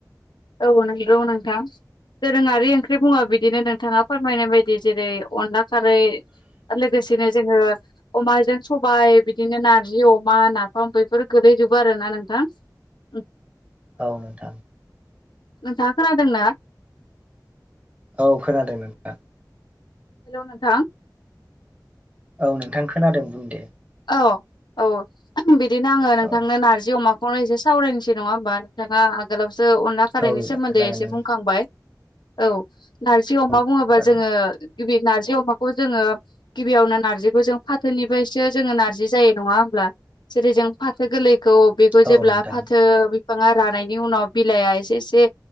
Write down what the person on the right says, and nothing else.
औ नोंथां
औ खोनादों नोंथा।
औ नोंथां खोनादों बुं दे।
औ
औ
जागोन
नों
जागोन
औ
नोंथां